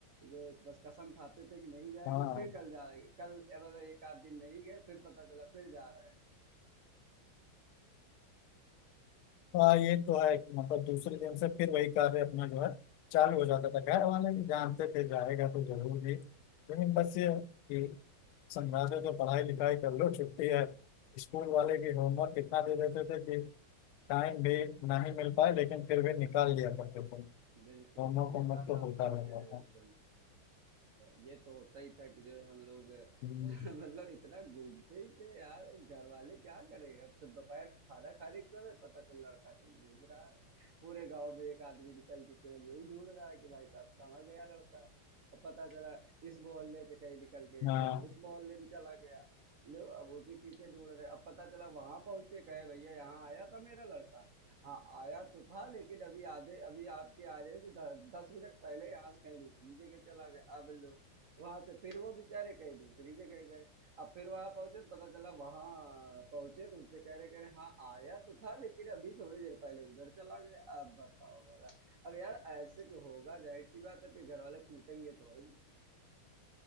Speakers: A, on the right; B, on the left.
A: जो बस कसम खाते थे कि नहीं जाएंगे
B: हाँ
A: फिर कल जाएंगे कल ए, मतलब एक आध दिन नहीं गए फिर पता चला फिर जा रहे हैं
B: हाँ ये तो है कि मतलब दूसरे दिन से फिर वही कार्य अपना जो है चालू हो जाता था घर वाले भी जानते थे जाएगा तो जरूर भी लेकिन बस ये है कि समझाते थे पढ़ाई लिखाई कर लो छुट्टी है स्कूल वाले की होमवर्क इतना दे देते थे कि टाइम भी ना ही मिल पाए लेकिन फिर भी निकाल लिया करते थे
A: बिल्कुल
B: होमवर्क
A: ये
B: होमवर्क
A: बात
B: तो
A: आप
B: होता
A: सही
B: रहता
A: कह रहे हो
B: था
A: एकदम ये तो होता ही था कि जो है हम लोग
B: हम्म,
A: <laughs> मतलब इतना घूमते ही थे यार घर वाले क्या करें अब क- दोपहर का खाना खाने की समय पता चल लड़का कहीं घूम रहा है पूरे गांव में एक आदमी निकल के केवल यही ढूंढ रहा है कि भाई साहब कहाँ गया लड़का अब पता चला इस मोहल्ले से कहीं निकल के
B: हाँ
A: कहीं उस मोहल्ले में चला गया लो अब उसी के पीछे ढूंढ रहे अब पता चला वहां पहुंचे कहे भैया यहाँ आया था मेरा लड़का हाँ आया तो था लेकिन अभी आधे अभी आपके आने से द, दस मिनट पहले यहाँ से कहीं दूसरी जगह चला गया अब लो वहां से फिर वो बेचारे कहीं दूसरी जगह गए अब फिर वहां पहुंचे तो पता चला वहां पहुंचे तो उनसे कह रहे कह रहे हाँ आया तो था लेकिन अभी थोड़ी देर पहले उधर चला गया अब बताओ भला अब यार ऐसे क्यों होगा जाहिर सी बात है फिर घर वाले कूटेंगे तो है ही